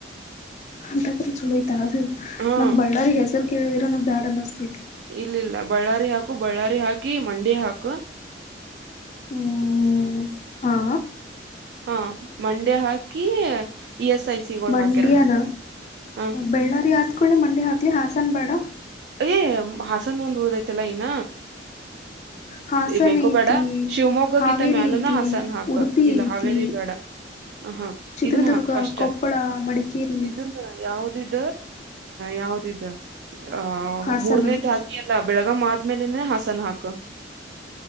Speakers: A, on the left; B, on the right.
A: ಅಂತಕ್ರ ಚಲೋಯ್ತಾ ಅದು
B: ಹಾ
A: ನಂಗೆ ಬಳ್ಳಾರಿ ಹೆಸರು ಕೇಳಿದ್ರಗೆ ಬ್ಯಾಡ್ ಅನ್ನಿಸ್ತೈತಿ
B: ಇಲ್ಲ ಇಲ್ಲ ಬಳ್ಳಾರಿ ಹಾಕು ಬಳ್ಳಾರಿ ಹಾಕಿ ಮಂಡಿ ಹಾಕು
A: ಹ್ಮ್ ಹಾ
B: ಹಾ ಮಂಡೆ ಹಾಕಿ ಇ ಎಸ್ ಐ ಸಿ ಗಳು
A: ಮಂಡ್ಯನ
B: ಹಾಕೆರಡ ಹ
A: ಬಳ್ಳಾರಿ ಹತ್ಕೊಳ್ಳಿ ಮಂಡಿ ಹಾಕ್ಲಿ ಹಾಸನ್ ಬೇಡ
B: ಏ ಹಾಸನ್ ಒಂದ್ ಉಳ್ದೈತಲ್ಲಾ ಇನ್ನ
A: ಹಾಸನ
B: ಬೇಕೋ
A: ಐತಿ
B: ಬೇಡ ಶಿವಮೊಗ್ಗಕ್ಕಿಂತ
A: ಹಾವೇರಿ
B: ಮ್ಯಾಲನ
A: ಐತಿ
B: ಹಸನ ಹಾಕ
A: ಉಡುಪಿ
B: ಇಲ್ಲ
A: ಐತಿ
B: ಹಾವೇರಿ ಬೇಡ ಹ
A: ಚಿತ್ರದುರ್ಗ
B: ಇದನ್ನ ಹಾಕ್ ಫಸ್ಟ್
A: ಕೊಪ್ಪಳ ಮಡಿಕೇರಿ
B: ಇದನ್ನ ಯಾವದ ಇ ಯಾವ್ದ ಇದ ಆ
A: ಹಾಸನ
B: ಮೂರನೇದ ಹಾಕಿ ಎಲ್ಲ ಬೆಳಗ ಆದ್ಮೇಲೆನೆ ಹಾಸನ್ ಹಾಕ